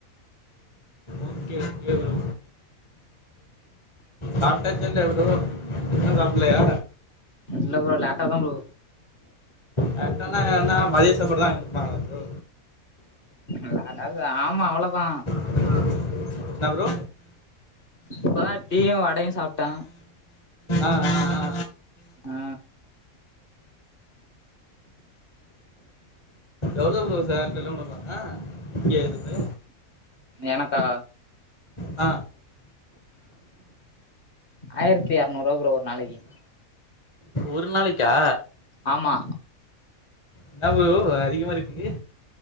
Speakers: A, on the left (about 20°); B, on the left (about 40°).
A: ஓக்கே ஓக்கே ப்ரோ சாப்டாச்சா இல்லயா ப்ரோ இன்னு சாப்பலையா
B: இல்ல ப்ரோ லேட்டா தா ப்ரோ
A: லேட்டானா என்ன மதிய சாப்பாடு தா வாங்கி குடுப்பாங்களா ப்ரோ
B: இல்ல அதாவ்து ஆமா அவ்ளோதா
A: என்னா ப்ரோ
B: இப்பதா டீயு வடயு சாப்ட்ட
A: ஆ ஆ ஆ
B: ஆ
A: எவ்ளோ ப்ரோ சேலரிலா குடுப்பாங்க இங்க இதுக்கு
B: எனக்கா
A: அ
B: ஆயரத்தி எரநூ ரூவா ப்ரோ ஒரு நாளைக்கு
A: ஒரு நாளைக்கா
B: ஆமா
A: என்ன ப்ரோ அதிகமா இருக்குக்கு